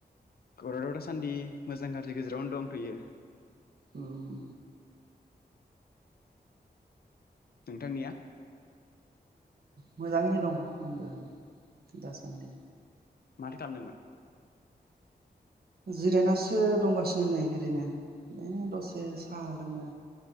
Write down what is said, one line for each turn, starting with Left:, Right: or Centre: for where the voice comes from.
Left: खबराथ' दासान्दि मोजां गाज्रि गेजेरावनो दंथ'यो।
Right: उम
Left: नोंथांनिया?
Right: मोजाङैनो दं आंबो दासान्दि।
Left: माथो खालामदोंमोन?
Right: जिरायनासो दंगासिनो नै ओरैनो ए दसे साहा लोंनो